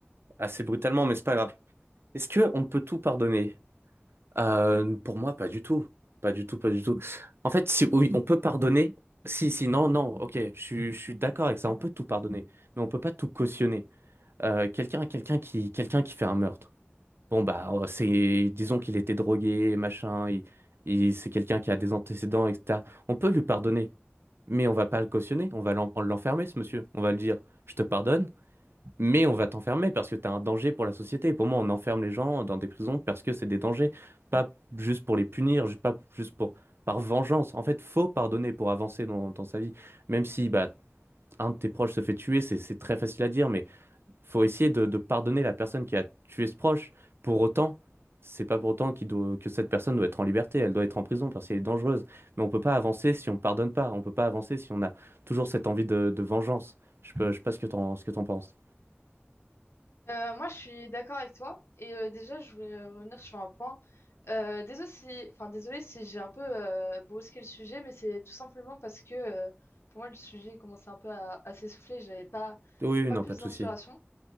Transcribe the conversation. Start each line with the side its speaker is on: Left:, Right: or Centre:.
Right: assez brutalement, mais c'est pas grave. Est-ce que on peut tout pardonner? Euh, pour moi, pas du tout. Pas du tout, pas du tout. En fait, si oui, on peut pardonner. Si, si, non, non, ok, je, suis- je suis d'accord avec ça. On peut tout pardonner, mais on peut pas tout cautionner. Euh, quelqu'un, quelqu'un qui, quelqu'un qui fait un meurtre. Bon bah, euh, c'est, disons qu'il était drogué, machin. Et il- c'est quelqu'un qui a des antécédents, etc. On peut lui pardonner, mais on va pas le cautionner. On va l'en- l'enfermer, ce monsieur. On va lui dire, je te pardonne. Mais on va t'enfermer parce que t'as un danger pour la société. Pour moi, on enferme les gens dans des prisons parce que c'est des dangers, pas juste pour les punir, ju- pas juste pour par vengeance. En fait, faut pardonner pour avancer dans, dans sa vie. Même si bah un de tes proches se fait tuer, c'est c'est très facile à dire, mais faut essayer de, de pardonner la personne qui a tué ce proche. Pour autant, c'est pas pour autant qu'il doit, que cette personne doit être en liberté. Elle doit être en prison parce qu'elle est dangereuse. Mais on peut pas avancer si on pardonne pas. On peut pas avancer si on a toujours cette envie de, de vengeance. Je peux, je sais pas ce que t'en, ce que t'en penses.
Left: Euh, moi, je suis d'accord avec toi. Et euh, déjà, je voulais revenir sur un point. Euh, désolé si, enfin, désolé si j'ai un peu euh, brusqué le sujet, mais c'est tout simplement parce que euh, pour moi, le sujet commençait un peu à, à s'essouffler. J'avais pas,
Right: Oui, oui,
Left: pas
Right: non,
Left: plus
Right: pas de
Left: d'inspiration.
Right: souci.